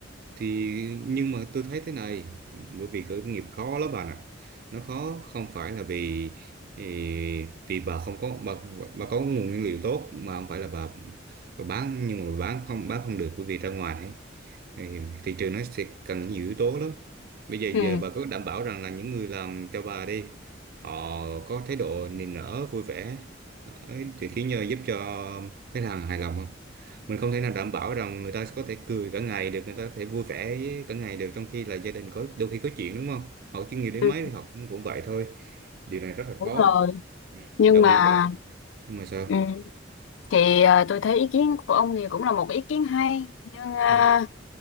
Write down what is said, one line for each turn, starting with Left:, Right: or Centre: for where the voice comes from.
Right: thì nhưng mà tôi thấy thế này bởi vì khởi nghiệp khó lắm bà ạ nó khó không phải là vì ì, vì bà không có bà, bà có nguồn nguyên liệu tốt mà không phải là bà, bà bán nhưng mà bán không bán không được bởi vì ra ngoài ấy, thì thị trường nó sẽ cần nhiều yếu tố lắm bây giờ
Left: Ừ,
Right: giờ bà có đảm bảo rằng là những người làm cho bà đi họ có thái độ niềm nở vui vẻ ấy, thì khiến nhờ giúp cho khách hàng hài lòng không mình không thể nào đảm bảo rằng người ta có thể cười cả ngày được người ta có thể vui vẻ với cả ngày được trong khi là gia đình có đôi khi có chuyện đúng không họ chuyên nghiệp đến
Left: Ừ,
Right: mấy thì họ cũng cũng vậy thôi điều này rất là
Left: đúng
Right: khó
Left: rồi
Right: ừ.
Left: nhưng
Right: đặc
Left: mà
Right: biệt là nhưng mà sao
Left: ừ, Thì à, tôi thấy ý kiến của ông thì cũng là một ý kiến hay nhưng à,
Right: ừ.